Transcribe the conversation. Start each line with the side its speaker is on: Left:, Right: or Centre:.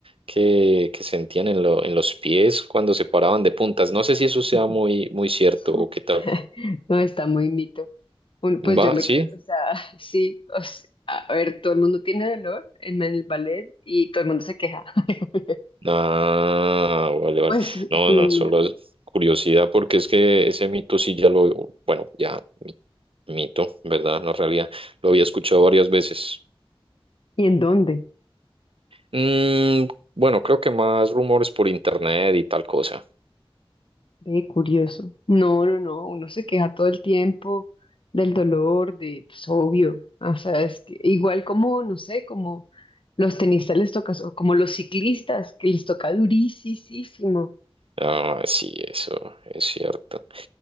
Right: que, que sentían en, lo- en los pies cuando se paraban de puntas. No sé si eso
Left: <laughs>
Right: sea muy, muy cierto
Left: <laughs>
Right: o qué tal.
Left: No, está muy mito. Un- Pues
Right: ¿Va?
Left: yo me
Right: ¿Sí?
Left: quedo, o sea, <laughs> sí, o sea, a ver, todo el mundo tiene dolor en el ballet y todo el mundo se queja. <laughs>
Right: Ah, vale, vale.
Left: Pues sí,
Right: No, no,
Left: en
Right: solo
Left: mi ámbito.
Right: es curiosidad porque es que ese mito sí ya lo, bueno, ya mi- mito, ¿verdad? No realidad. Lo había escuchado varias veces.
Left: ¿Y en dónde?
Right: Mm, bueno, creo que más rumores por internet y tal cosa.
Left: Ve, curioso. No, no, no, uno se queja todo el tiempo del dolor, de, pues obvio. O sea, es que igual como, no sé, como los tenistas les toca, o como los ciclistas, que les toca durísimo.
Right: Ah, sí, eso es cierto.